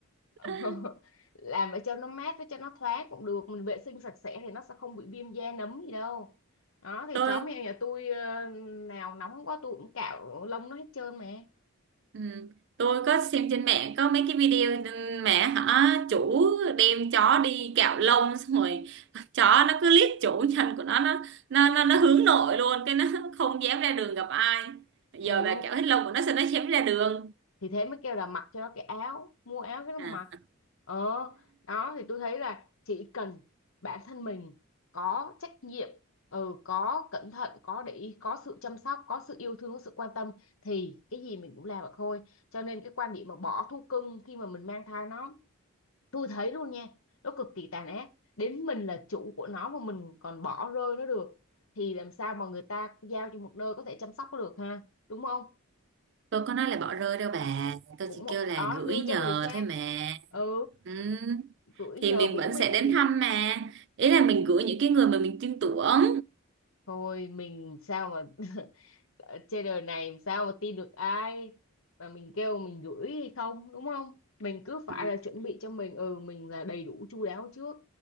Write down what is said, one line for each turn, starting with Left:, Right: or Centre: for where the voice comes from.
Left: <laughs>
Right: <laughs>
Left: làm ở cho nó mát với cho nó thoáng cũng được mình vệ sinh sạch sẽ thì nó sẽ không bị viêm da nấm gì đâu đó thì
Right: Tôi
Left: chó mèo nhà tôi ờ, nào nóng quá tôi cũng cạo lông nó hết trơn mà
Right: ừ, tôi có xem trên mạng có mấy cái video ừ, mẹ hả? Chủ đem chó đi cạo lông xong rồi chó nó cứ liếc chủ nhân của nó nó nó nó, nó hướng nội luôn cái nó không dám ra đường gặp ai. Giờ
Left: ừ,
Right: bà cạo hết lông của nó sao nó dám ra đường?
Left: thì thế mới kêu là mặc cho nó cái áo mua áo cái nó
Right: À,
Left: mặc ờ đó thì tôi thấy là chỉ cần bản thân mình có trách nhiệm ừ, có cẩn thận có để ý có sự chăm sóc có sự yêu thương có sự quan tâm thì cái gì mình cũng làm được thôi cho nên cái quan điểm mà bỏ thú cưng khi mà mình mang thai nó tôi thấy luôn nha nó cực kỳ tàn ác đến mình là chủ của nó mà mình còn bỏ rơi nó được thì làm sao mà người ta giao cho một nơi có thể chăm sóc nó được ha đúng không
Right: tôi có nói là bỏ rơi đâu bà. Tôi
Left: cũng
Right: chỉ
Left: một
Right: kêu là
Left: đó
Right: gửi
Left: đưa
Right: nhờ
Left: cho người khác
Right: thôi mà.
Left: ừ
Right: Ừ.
Left: gửi nhờ
Right: Thì mình
Left: bố
Right: vẫn
Left: mẹ
Right: sẽ đến
Left: thì
Right: thăm mà. Ý là mình gửi những cái người mà mình tin tưởng.
Left: thôi mình sao mà <laughs> ở trên đời này làm sao mà tin được ai mà mình kêu mình gửi hay không đúng không mình cứ phải
Right: Ừ.
Left: là chuẩn bị cho mình ừ mình là đầy đủ chu đáo trước